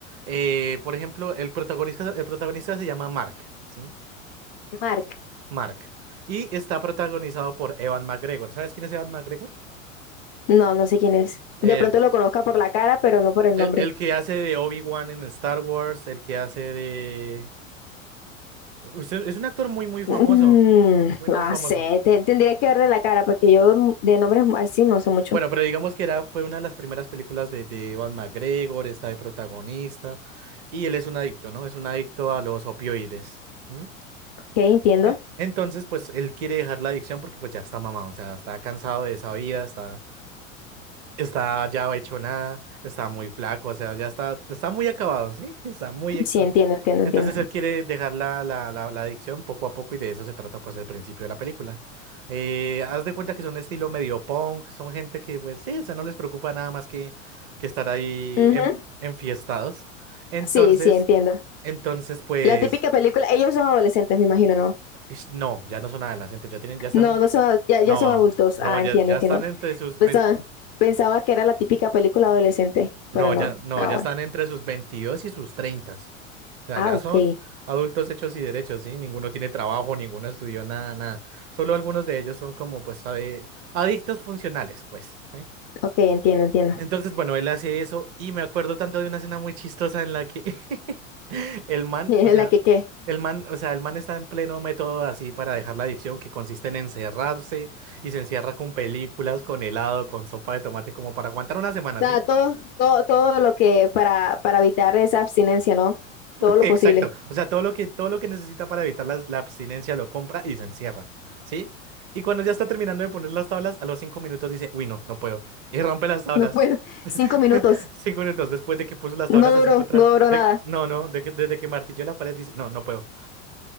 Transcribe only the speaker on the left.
Mark.
No, no sé quién es.
De pronto lo conozca por la cara, pero no por el
nombre.
Mm,
no
sé, te- tendría que verle la cara porque yo de nombres así no sé mucho.
Ok,
entiendo.
Sí, entiendo, entiendo,
entiendo.
Ujú,
Sí, sí, entiendo.
La típica película, ellos son adolescentes, me imagino, ¿no?
No, no son, ad- ya, ya
son adultos.
Ah,
entiendo,
entiendo.
Pensaba,
pensaba que era la típica película adolescente,
pero no.
Ah,
bueno.
Ah,
ok,
ok, entiendo, entiendo.
<laughs>
La que, ¿qué?
sea,
todo, todo, todo lo que para, para evitar esa abstinencia, ¿no? Todo lo
posible.
No puedo. <laughs>
Cinco minutos.
No
duró,
no duró
nada.